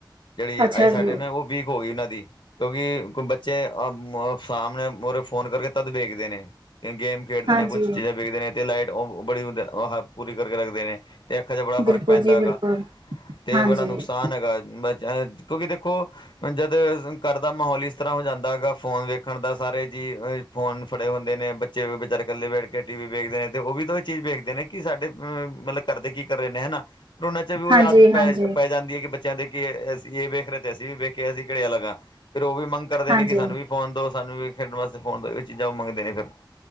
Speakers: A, on the left (about 75°); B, on the right (about 75°).
A: ਜਿਹੜੀ
B: ਅੱਛਾ
A: ਆਏ ਸਾਡੇ
B: ਜੀ।
A: ਨੇ ਉਹ ਵੀ ਹੋ ਗਈ ਉਹਨਾਂ ਦੀ, ਕਿਉਂਕਿ ਉਮ-ਕ-ਬੱਚੇ ਅ-ਉਮ-ਸਾਹਮਣੇ ਉਰੇ ਫੋਨ ਕਰਕੇ ਤਦ ਵੇਖਦੇ ਨੇ, ਕਿ ਗੇਮ ਖੇਡਦੇ
B: ਹਾਂਜੀ
A: ਨੇ, ਕੁਛ ਚੀਜ਼ਾਂ ਵੇਖਦੇ ਨੇ ਤੇ ਲਾਈਟ ਉ-ਉਹ ਬੜੀ ਉਦੇ-ਅ-ਹ-ਪੂਰੀ ਕਰਕੇ ਰੱਖਦੇ ਨੇ ਅਤੇ ਅੱਖਾਂ 'ਚ ਬੜਾ ਫ਼ਰਕ
B: ਬਿਲਕੁਲ
A: ਪੈਂਦਾ
B: ਜੀ ਬਿਲਕੁਲ
A: ਹੈਗਾ, ਅਤੇ
B: ਹਾਂਜੀ।
A: ਬੜਾ ਨੁਕਸਾਨ ਹੈਗਾ। ਅ-, <unintelligible> ਕਿਉਂਕਿ ਦੇਖੋ ਜਦ ਅ ਘਰ ਦਾ ਮਾਹੌਲ ਇਸ ਤਰ੍ਹਾਂ ਹੋ ਜਾਂਦਾ ਹੈਗਾ, ਫ਼ੋਨ ਵੇਖਣ ਦਾ ਸਾਰੇ ਜੀ ਅ ਫੋਨ ਫੜੇ ਹੁੰਦੇ ਨੇ ਬੱਚੇ ਵਿਚਾਰੇ ਇਕੱਲੇ ਬੈਠ ਕੇ ਟੀ ਵੀ ਵੇਖਦੇ ਨੇ, ਅਤੇ ਉਹ ਵੀ ਤਾਂ ਇਹ ਚੀਜ਼ ਵੇਖਦੇ ਨੇ ਕਿ ਸਾਡੇ ਮਤਲਬ ਕਰਦੇ ਕੀ ਕਰ ਰਹੇ ਨੇ ਹਨਾ ਕਰੋਨਾ ਚ ਵੀ ਉਹ
B: ਹਾਂਜੀ
A: ਆਦਤ
B: ਹਾਂਜੀ
A: ਪੈ-ਪੈ ਜਾਂਦੀ ਹੈ ਕਿ ਬੱਚ ਬੱਚਿਆਂ ਦੇ ਕਿ ਏ ਅਸੀ ਇਹ ਵੇਖ ਰਹੇ ਤੇ, ਅਸੀਂ ਵੀ ਵੇਖਿਏ, ਅਸੀਂ ਕੇੜੇ ਅਲੱਗ ਹਾਂ। ਫਿਰ ਉਹ ਵੀ ਮੰਗ ਕਰਦੇ
B: ਹਾਂਜੀ।
A: ਨੇ ਕਿ ਸਾਨੂੰ ਵੀ ਫੋਨ ਦੋ ਸਾਨੂੰ ਵੀ ਖੇਡਣ ਵਾਸਤੇ। ਫੋਨ ਦੋ ਇਹ ਚੀਜ਼ਾਂ ਉਹ ਮੰਗਦੇ ਨੇ ਫਿਰ